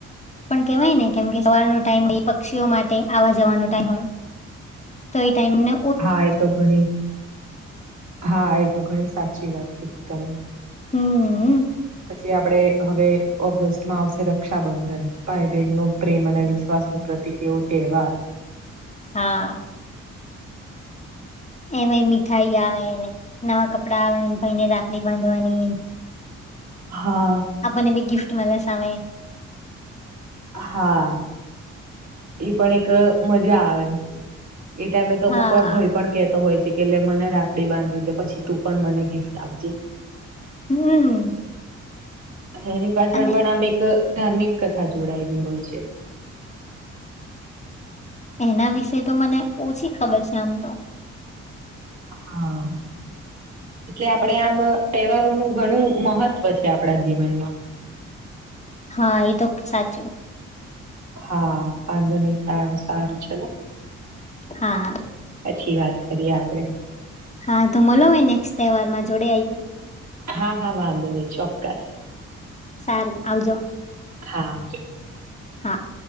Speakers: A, on the left; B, on the right.
A: પણ કેવાય ને કેમ કે સવાર ન ટાઈમ હોય પક્ષીઓ માટે આવા જવાનો ટાઈમ હોય. તોઈ ટાઈમ ને.
B: હા એ તો ઘણી હા એતો ઘણી સાચી વાત કીધી તમે.
A: હમ.
B: પછી આપ હવે ઓગસ્ટમાં આવશે રક્ષાબંધન ભાઈ બહેન નું પ્રેમ અને. <unintelligible> પ્રતિક એવો તહેવાર.
A: હા. એમાંય મીઠાઈ આવેને નવા કપડાં આવેને ભાઈને રાખડી બાંધવાની.
B: હા.
A: આપને બી ગિફ્ટ મળ્યા સામે.
B: હા. એ પણ એક મજા આવે એ ટાઈમે તો અમુક
A: હા
B: વાર ભય પણ કેહેતો હોય છે. એટલે મને રાપડી બાંધી દે પછી તું પણ મને ગિફ્ટ આપજે.
A: હમ.
B: એની પાછળ
A: અને
B: પણ આમ એક ધાર્મિક કથા જોડાયેલી હોય છે.
A: એના વિશે તો મને ઓછી. ખબર છે આમ તો.
B: હા. એટલે આપે આમ તહેવારોનું ઘણું મહત્વ છે આપણા જીવનમાં.
A: હા એ તો સાચું.
B: હા વાંધો નહી સારું સારું ચલો.
A: હા હા.
B: અચછી વાત કરીએ આપડે.
A: હા તો મલો હોય નેક્સ્ટ તહેવાર માં જોડે આઈએ.
B: હા હા વાંધો નહી ચોક્કસ.
A: સારુ આવજો.
B: હા આવજો
A: હા.